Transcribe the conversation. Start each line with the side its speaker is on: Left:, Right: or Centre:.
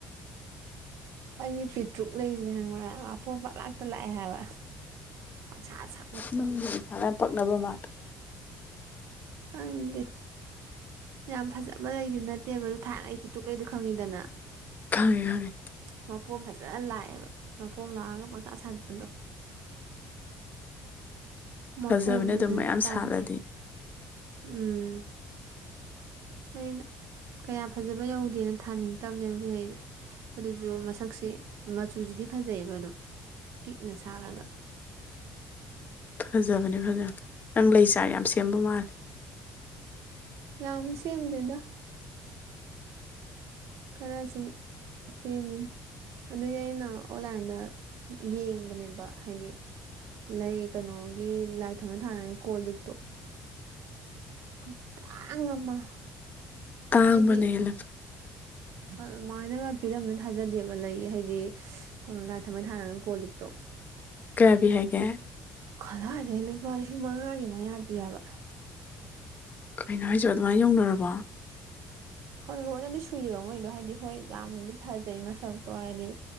Right: ꯑꯩꯒꯤ ꯄꯤꯇ꯭ꯔꯨꯛ ꯂꯩꯁꯦ ꯍꯪꯉꯨꯔ ꯑꯄꯣꯝꯕ ꯂꯥꯛꯇ ꯂꯥꯛꯑꯦ ꯍꯥꯏꯕ ꯄꯪꯁꯥ ꯁꯥ
Left: ꯅꯪꯕꯨ ꯎꯏꯊꯔꯥ ꯄꯛꯅꯕ ꯃꯥꯜ
Right: ꯈꯪꯗꯦ ꯌꯥꯝ ꯐꯖꯕ ꯂꯩꯒꯤ ꯅꯠꯇꯦꯕ ꯊꯥꯛꯅꯩ ꯄꯤꯛꯇꯔꯨꯛ ꯂꯩꯗꯨ ꯈꯪꯉꯤꯗꯅ
Left: ꯈꯪꯉꯦ ꯈꯪꯉꯦ
Right: ꯃꯄꯣꯝ ꯐꯖꯅ ꯂꯥꯛꯑꯦꯕ ꯃꯄꯣꯝ ꯂꯥꯛꯑꯒ ꯄꯪꯁꯥ ꯁꯥꯠꯄꯗꯣ
Left: ꯐꯖꯕꯅꯦ
Right: ꯃꯄꯣꯝꯗꯤ
Left: ꯑꯗꯨꯝ
Right: ꯐꯖꯅ
Left: ꯃꯌꯥꯝ
Right: ꯇꯝꯃꯦ
Left: ꯁꯥꯠꯂꯗꯤ
Right: ꯎꯝ ꯑꯩꯅ ꯀꯌꯥ ꯐꯖꯕ ꯌꯧꯗꯦꯅ ꯊꯥꯅꯤꯡꯇꯕꯅꯦꯕ ꯁꯤ ꯂꯩꯁꯦ ꯑꯗꯨꯁꯨ ꯃꯁꯛꯁꯦ ꯃꯆꯨꯁꯤꯗꯤ ꯐꯖꯩꯑꯕ ꯑꯗꯨꯝ ꯄꯤꯛꯅ ꯁꯥꯠꯂꯒ
Left: ꯐꯖꯕꯅꯦ ꯐꯖꯕꯅꯦ ꯅꯪ ꯂꯩ ꯆꯥꯔ ꯌꯥꯝ ꯁꯦꯝꯕ ꯃꯥꯜꯂꯦ
Right: ꯌꯥꯝ ꯁꯦꯝꯗꯦꯗ ꯈꯔ ꯁꯨꯝ ꯁꯦꯝꯃꯤꯅ ꯑꯗꯨꯒꯤ ꯑꯩꯅ ꯑꯣꯟꯂꯥꯏꯟꯗ ꯌꯦꯡꯕꯅꯦꯕ ꯍꯥꯏꯗꯤ ꯂꯩ ꯀꯩꯅꯣꯒꯤ ꯂꯥꯏ ꯊꯝꯝꯕꯟ ꯊꯥꯅꯉ ꯀꯣꯜ ꯂꯤꯛꯇꯣ ꯈꯨꯀꯥꯡ ꯑꯃ
Left: ꯇꯥꯡꯕꯅ
Right: ꯍꯥꯏꯗꯤ
Left: ꯍꯦꯜꯂꯦ
Right: ꯑꯗꯨꯃꯥꯏꯅꯒ ꯄꯤꯔꯝꯅꯤꯅ ꯊꯥꯖꯗꯦꯕ ꯂꯩ ꯍꯥꯏꯗꯤ ꯑꯣ ꯂꯥꯏ ꯊ ꯃ ꯊꯙꯅꯅ ꯀꯣꯜꯠꯇꯣ
Left: ꯀꯌꯥꯕꯤ ꯍꯥꯏꯒꯦ
Right: ꯀꯗꯥꯏꯗꯒꯤꯩ ꯂꯨꯄꯥ ꯂꯤꯁꯤꯡ ꯃꯉꯥꯒꯤ ꯃꯌꯥ ꯄꯤꯑꯕ
Left: ꯀꯩꯅꯣ ꯍꯥꯏꯁ ꯑꯗꯨꯃꯥꯏꯅ ꯌꯧꯅꯔꯕ
Right: ꯍꯣꯟ ꯂꯣꯟꯅꯗꯤ ꯁꯨꯏꯑꯕ ꯃꯣꯏꯗꯣ ꯍꯥꯏꯗꯤ ꯍꯣꯏ ꯌꯥꯝꯅꯗꯤ ꯐꯖꯩ ꯃꯁꯛꯇꯣ ꯍꯥꯏꯗꯤ